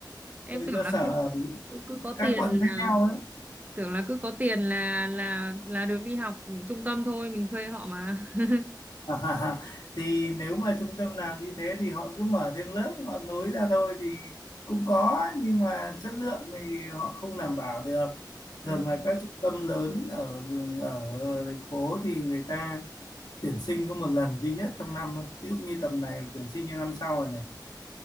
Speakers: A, on the right; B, on the left.
A: em
B: 10
A: tưởng
B: cơ
A: là
B: sở ở
A: cứ cứ, cứ có
B: các
A: tiền
B: quận
A: là
B: khác nhau ấy.
A: tưởng là cứ có tiền là là là được đi học trung tâm thôi mình thuê họ mà <laughs>
B: <laughs> À, thì nếu mà trung tâm nào như thế thì họ cứ mở thêm lớp họ nối ra thôi thì cũng có nhưng mà chất lượng thì họ không đảm bảo được
A: à,
B: thường là các trung tâm lớn ở ở thành phố thì người ta tuyển sinh có một lần duy nhất trong năm thôi ví dụ như tầm này là tuyển sinh cho năm sau rồi này